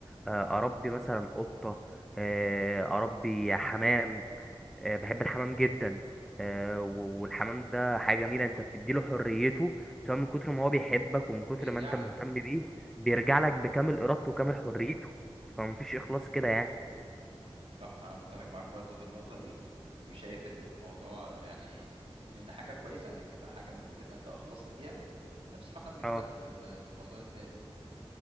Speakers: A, in the centre; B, on the right (about 70°).
A: آه، أربي مثلا قطة آه، أربي حمام آه، بحب الحمام جدا آه، و- والحمام ده حاجة جميلة أنت بتديله حريته سواء من كتر ما هو بيحبك ومن كتر
B: بيرجع
A: ما أنت
B: لك
A: مهتم بيه بيرجع لك بكامل إرادته وكامل حريته فمفيش إخلاص كده يعني
B: صح انا متفق معاك برضو في النقطة دي وشايف انه الموضوع يعني ان إن حاجة كويسة انك تبقى حاجة من كتر ما انت اخلصت ليها نفس ما احنا بنتكلم
A: اه
B: في ال- في الموضوع التاني